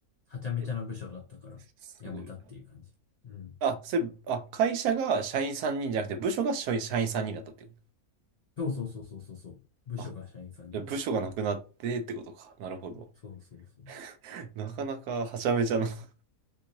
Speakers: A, on the left; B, on the right.
A: はちゃめちゃな部署だったから辞めたっていう感じ。
B: えすごい
A: うん。
B: な。あ、それ、あ、会社が社員3人じゃなくて、部署が社員社員3人だったってこ
A: そうそうそうそうそうそう。部署が社員さんになった。
B: と。あ、じゃあ部署がなくなってってことか。なるほど。
A: そうそうそう。
B: <laughs> なかなかはちゃめちゃな <laughs>